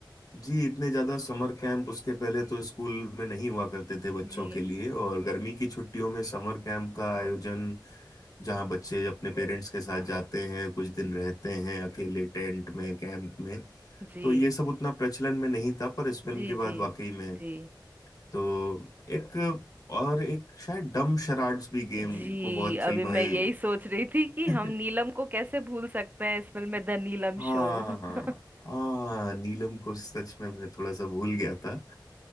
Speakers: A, on the left; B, on the right.
A: जी इतने ज्यादा समर कैंप उसके पहले तो स्कूल में नहीं हुआ करते थे बच्चों
B: जी
A: के लिए और गर्मी की छुट्टियों में समर कैंप का आयोजन जहां बच्चे अपने पेरेंट्स के साथ जाते हैं कुछ दिन रहते हैं अकेले टेंट में कैंप में
B: जी
A: तो ये सब उतना प्रचलन में नहीं था पर इस फिल्म
B: जी
A: के बाद
B: जी
A: वाकई में
B: जी
A: तो एक और एक शायद डम शराड्स भी गेम
B: जी
A: को बहुत फिल्माई
B: अभी मैं यही सोच रही थी कि
A: <laughs>
B: हम नीलम को कैसे भूल सकते हैं इस फिल्म में the Neelam
A: हाँ
B: show <laughs>
A: हाँ हाँ नीलम को सच में मैं थोड़ा सा भूल गया था